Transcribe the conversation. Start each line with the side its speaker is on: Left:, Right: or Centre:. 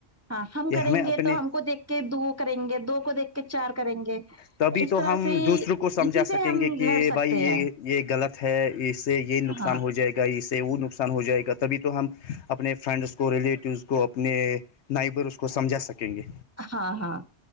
Right: ہاں ہم
Left: یہ
Right: کریں
Left: ہمیں اپنے
Right: گے تو ہم کو دیکھ کے دو کریں گے دو کو دیکھ کے چار کریں گے
Left: تب ہی
Right: اس
Left: تو
Right: طرح
Left: ہم
Right: سے
Left: دوسروں کو سمجھا
Right: اسی سے
Left: سکیں
Right: ہم
Left: گے کہ
Right: لڑ سکتے
Left: بھائی یہ
Right: ہیں
Left: یہ غلط ہے اس سے یہ نقصان
Right: ہاں
Left: ہو جائے کے اس سے وہ نقصان ہو جائے گا تبھی تو ہم اپنے فرینڈس کو ریلیٹوس کو اپنے نائبر اس کو سمجھا سکیں گے
Right: ہاں ہاں